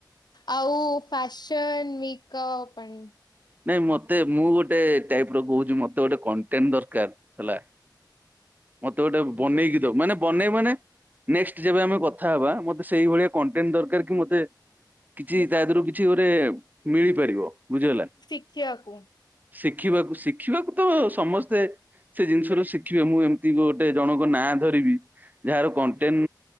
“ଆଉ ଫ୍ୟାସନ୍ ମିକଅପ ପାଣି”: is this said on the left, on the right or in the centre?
Left